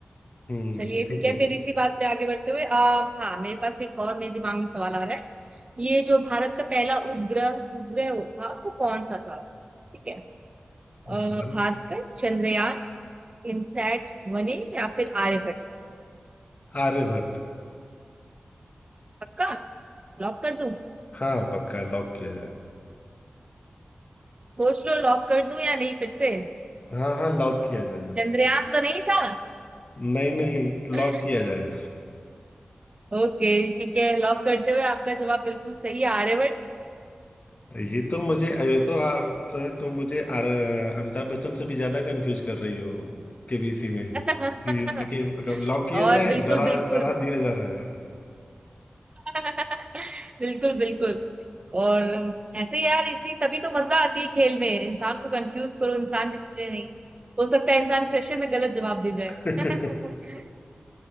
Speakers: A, on the left (about 45°); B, on the right (about 35°).
A: हम्म
B: चलिए ठीक
A: ठीक
B: है
A: है
B: फिर इसी बात पे आगे बढ़ते हुए आ, हाँ मेरे पास एक और मेरे दिमाग में सवाल आ रहा है ये जो भारत का पहला उपग्रह उपग्रह वो था वो कौन सा था ठीक है
A: भारत
B: आ, भास्कर चंद्रयान इनसैट वने या फिर आर्यभट्ट
A: आर्यभट्ट
B: पक्का लॉक कर दूं
A: हाँ पक्का लॉक किया जाए
B: सोच लो लॉक कर दूं या नहीं फिर से
A: हाँ हाँ लॉक किया जाए
B: चंद्रयान तो नहीं था
A: नहीं नहीं
B: <laughs>
A: लॉक किया जाए
B: ओके ठीक है लॉक करते हुए आपका जवाब बिल्कुल सही है
A: ये तो मुझे ये तो आप तो है तुम मुझे आर- अमिताभ बच्चन से भी ज्यादा कंफ्यूज कर रही हो केबीसी में
B: आर्यभट्ट
A: कि
B: <laughs>
A: कि लॉक किया
B: और
A: जाए
B: बिल्कुल
A: डरा
B: बिल्कुल
A: डरा दिया जा रहा है
B: <laughs> बिल्कुल बिल्कुल और ऐसे यार इसी तभी तो मजा आती है खेल में इंसान को कंफ्यूज करो इंसान भी सोचे नहीं हो सकता है इंसान प्रेशर में गलत जवाब दे जाए
A: <laughs>
B: <laughs>